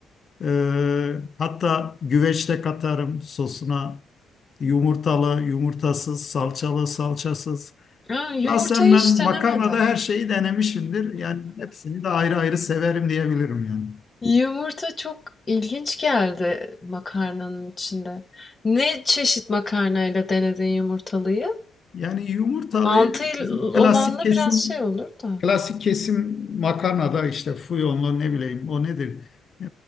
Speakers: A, on the left; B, on the left.
A: Ee, hatta güveç de katarım sosuna. Yumurtalı, yumurtasız, salçalı, salçasız.
B: Aa, yumurtayı
A: Şahsen ben
B: hiç denemedim.
A: makarnada her şeyi denemişimdir. Yani hepsini de ayrı ayrı severim diyebilirim yani.
B: Yumurta çok ilginç geldi makarnanın içinde. Ne çeşit makarnayla denedin yumurtalıyı?
A: Yani yumurtalıyı
B: Mantı
A: bizim
B: olanla
A: klasik kesim
B: biraz şey olur da.
A: klasik kesim makarnada işte fiyonlu ne bileyim o nedir? E,